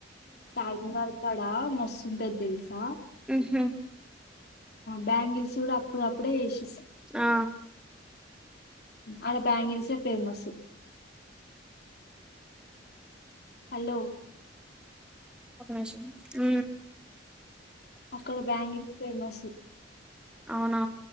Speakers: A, on the left (about 60°); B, in the centre.
A: చార్మినార్ కడా మస్తుంటది తెలుసా.
B: ఉహమ్
A: బ్యాంగల్సూ అప్పుడు అప్పుడే చేసి
B: ఆ
A: అలా బ్యాంగిల్స్ లె ఫేమస్ హలో
B: ఒక నిమిషం ఉ
A: అక్కడ బ్యాంగిల్ ఫేమస్
B: అవునా